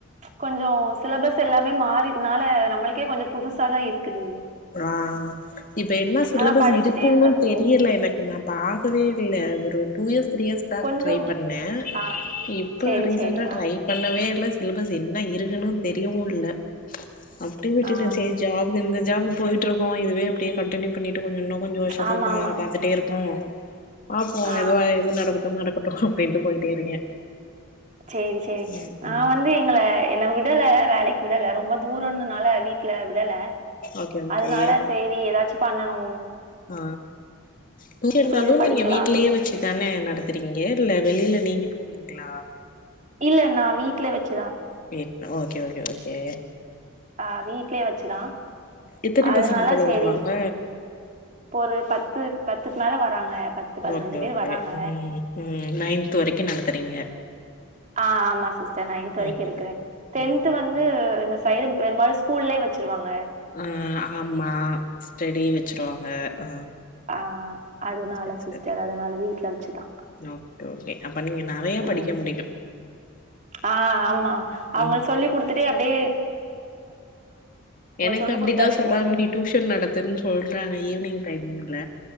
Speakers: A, on the right; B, on the left.
A: கொஞ்ச சிலபஸ் எல்லாமே மாறிட்னால நம்மளக் கே கொஞ்ச புதுசாதா இருக்குது
B: ஆ இப்ப என்ன சிலபஸ்
A: ஆனா படிச்சுட்டே
B: இருக்குன்னு
A: இருந்தா கொஞ்சம்
B: தெரியல
A: ஓகே.
B: எனக்கு நா பாக்கவே இல்ல ஒரு two years three years back
A: கொஞ்சம்
B: try பண்ணே
A: ஆ
B: இப்ப
A: சரி,
B: ரீசண்டா
A: சரி. ஆ,
B: ட்ரை பண்ணவே இல்ல சிலபஸ் என்ன இருக்குன்னு தெரியவு இல்ல அப்டியே விட்டுட்டே
A: ஆ
B: சேரி ஜாப்ல இந்த ஜாபு போயிட்ருக்கோ இதுவே அப்டியே கண்டினியூ பண்ணிட்ருப்போ கொஞ்ச இன்னு கொஞ்ச வருஷத்துக்கு
A: ஆமாமா.
B: பா பாத்துட்டே இருப்போ பாப்போ
A: ஆ
B: எதுவா எது நடக்குதோ நடக் போட்டுக்கோ அப்டின்ட்டு போயிட்டே இருக்கே
A: சேரி சேரி
B: ம்
A: நா
B: ம்
A: வந்து எங்கள என்ன விடல வேலைக் கூட இல்ல ரொம்ப தூரோன்னுனால வீட்ல விடல
B: ஓகே ஓகே
A: அதனால சேரி ஏதாச்சு பண்ணணு
B: ஆ டியூஷன்னாலு
A: இது படிக்கலாம்
B: நீங்க வீட்லயே
A: அப்டின்னு.
B: வச்சுதான நடந்துறீங்க இல்ல வெளில நீங்க போவீங்களா
A: இல்ல நா வீட்டுல வச்சு
B: கே ஓகே ஓகே ஓ கே
A: அ வீட்லயே வச்சுதா
B: எத்தன
A: அதனால
B: பசங்க போல
A: சேரி
B: வருவாங்க
A: இப்ப ஒரு பத்து பத்துக்கு மேல வராங்க
B: ஓகே
A: பேர்
B: ஓகே
A: வராங்க.
B: ம் ம் நைன்த் வரைக்கு நடத்துறீங்க
A: ஆ ஆமா சிஸ்டர் நைன்த் வரைக்கு
B: ஓகே
A: எடுக்கிறே
B: ஓகே
A: டென்த்
B: ம்
A: வந்து இந்த சைடு பெருபாலு ஸ்கூல்லே வச்சிருவாங்க
B: ம் ஆமா ஸ்டடி வச்சிருவாங்க ஆ
A: ஆ அதனால
B: சேரி சேரி
A: சிஸ்டர். அதனால வீட்ல வச்சு தான்.
B: ஓகே ஓகே அ ப்ப நீங்க நெறைய படிக்க
A: ம்.
B: முடியு
A: ஆ ஆமா அவங்கள்
B: ம்
A: சொல்லிடுத்துட்டே அப்படியே
B: எனக்கு
A: சொல்லிக்
B: அப்படிதா
A: குடுத்தாலே
B: சொல்றாங்க
A: போதும்னு.
B: நீ டியூஷன் நடத்துன்னு சொல்றாங்க ஈவினிங் டைமிங் ல